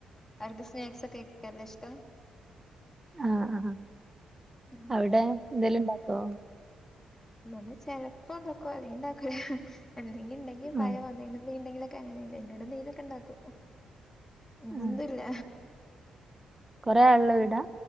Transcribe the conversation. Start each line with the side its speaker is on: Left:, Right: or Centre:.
Left: അവർക്ക്സ്നാക്സ്ക്ക കഴിക്കന ഇഷ്ടം
Right: ആഹ ആഹ
Left: ഉം
Right: അവിടെ എന്തേലും ഉണ്ടാക്കോ
Left: ഇവിടെ ചെലപ്പോ ഉണ്ടാക്കുവ അല്ലെങ്കി ഉണ്ടാക്കല എന്തെങ്കില ഉണ്ടെങ്കിൽ
Right: ആ
Left: പയംന്നനെ എന്തെണ്ടെങ്കില അങ്ങനെയല്ല ന്റീലൊക്കെ ഉണ്ടാക്കും ഇന്നൊന്നുംല്ല
Right: ആ കൊറേ ആളുള്ള വീടാ?
Left: ഉ